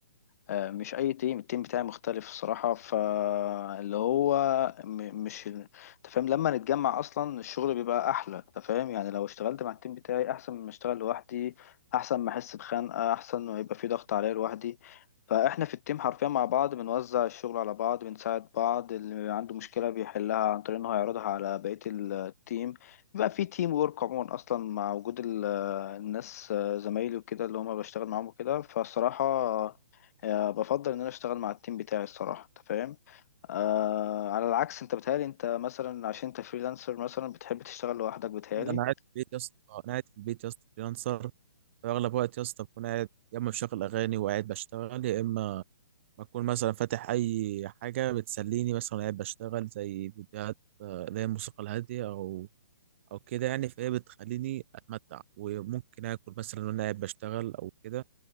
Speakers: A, on the left; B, on the right.
A: آه، مش أي تيم التيم بتاعي مختلف الصراحة فاللي هو م- مش أنت فاهم لما نتجمع أصلا الشغل بيبقى أحلى أنت فاهم يعني لو اشتغلت مع التيم بتاعي أحسن من ما أشتغل لوحدي أحسن ما أحس بخنقة أحسن ما يبقى في ضغط عليا لوحدي فإحنا في التيم حرفيا مع بعض بنوزع الشغل على بعض بنساعد بعض اللي عنده مشكلة بيحلها عن طريق إن هو يعرضها على بقية التيم بيبقى في تيم وورك عموما أصلا مع وجود ال- الناس زمايلي وكده اللي هما بشتغل معاهم وكده فالصراحة آه، بفضل ان انا اشتغل مع التيم بتاعي الصراحة انت فاهم آه على العكس انت بتهيألي انت مثلا عشان انت فريلانسر مثلا بتحب تشتغل لوحدك بتهيألي
B: اكيد انا قاعد في البيت يا اسطى انا قاعد في البيت يا اسطى فريلانسر اغلب وقت يا اسطى بكون قاعد يا اما بشغل اغاني وقاعد بشتغل يا اما بكون مثلا فاتح اي حاجه بتسليني مثلا قاعد بشتغل زي فيديوهات آه، اللي هي الموسيقى الهاديه او او كده يعني فهي بتخليني اتمتع وممكن اكل مثلا وانا قاعد بشتغل او كده